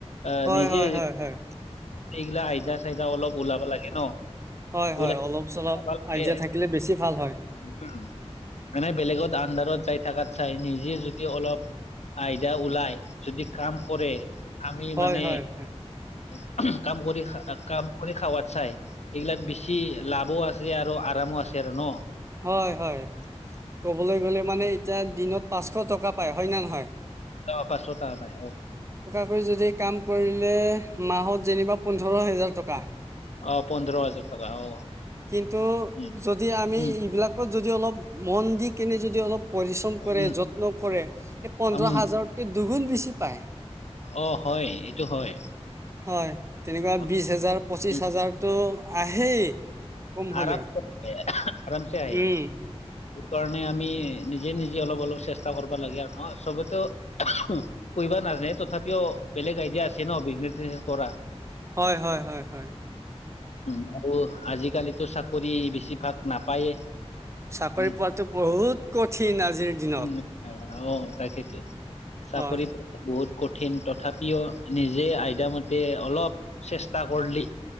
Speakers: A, on the left (about 75°); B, on the right (about 25°).
A: আহ
B: হয়
A: নিজে
B: হয় হয় হয়।
A: এইগিলা আইদা-চাইদা অলপ ওলাব লাগে ন?
B: হয়
A: ওলাই
B: হয়, অলপ-চলপ
A: খাব লাগে
B: আইদিয়া থাকিলে বেছি ভাল হয়।
A: উম, মানে বেলেগত আডাৰত যাই থাকাত চাই, নিজে যদি অলপ আইদা ওলাই যদি কাম কৰে, আমি
B: হয়
A: মানে
B: হয় হয়
A: উ কাম কৰি, কাম কৰি খাৱাত চাই, এইগিলাত বেছি লাভো আছে আৰু আৰামো আছে আৰু ন।
B: হয় হয় ক'বলৈ গ'লে মানে এতিয়া, দিনত পাঁচশ টকা পায় হয় নে নহয়?
A: ত পাছোত আমাই অ
B: অই যদি কাম কৰিলে মাহত যেনিবা পোন্ধৰ হেজাৰ টকা
A: অ পোন্ধৰ হাজাৰ টকা অ
B: কিন্তু
A: উম
B: যদি আমি
A: উম
B: এবিলিলাকত যদি অলপ মন দি কেনে যদি অলপ পৰিশ্ৰম কৰে
A: উম
B: যত্ন কৰে সি পোন্ধৰ
A: উম
B: হাজাৰকে দুগুণ বেছি পায়
A: অ হয় এইটো হয়
B: হয় তেনেকুৱা
A: হয়
B: বিশ হেজাৰ পঁচিশ
A: উম,
B: হেজাৰতটো আহে। হেই কম হ'লেও
A: আৰামছে আহে আৰামছে আহে
B: উম
A: সেইকাৰণে আমি নিজে নিজে অলপ অলপ চেষ্টা কৰিবা লাগে আৰু ন চবতো কা কৰিব নাজানে তথাপিও বেলেগ আইডিয়া আছে ন বিজনেচ চিজনেছ কৰা
B: হয় হয় হয় হয়
A: উ আৰু আজিকালিতো চাকৰি বেছিভাগ নাপায়ে।
B: চাকৰি
A: উম,
B: পোৱাতটো বহুত কঠিন আজিৰ দিনত
A: উম, আহ, অ তাকেইেতো চাকৰি
B: হয়
A: বহুত কঠিন তথাপিও নিজে আইডিয়ামতে অলপ চেষ্টা কৰলি।